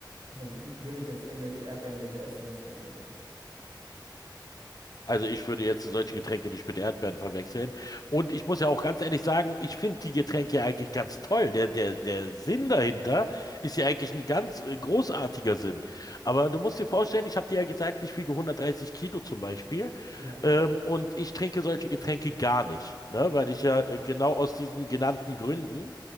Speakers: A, on the right; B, on the left.
A: w- w- würde ich jetzt irgendwelche Erdbeeren oder so essen, wäre es genauso.
B: Also ich würde jetzt solche Getränke nicht mit Erdbeeren verwechseln. Und ich muss ja auch ganz ehrlich sagen, ich finde die Getränke ja eigentlich ganz toll. Der, der, der Sinn dahinter ist ja eigentlich ein ganz äh, großartiger Sinn. Aber du musst dir vorstellen, ich habe dir ja gesagt, ich wiege 130 Kilo zum Beispiel.
A: Ja.
B: Ähm, und ich trinke solche Getränke gar nicht, ne? Weil ich ja äh, genau aus diesen genannten Gründen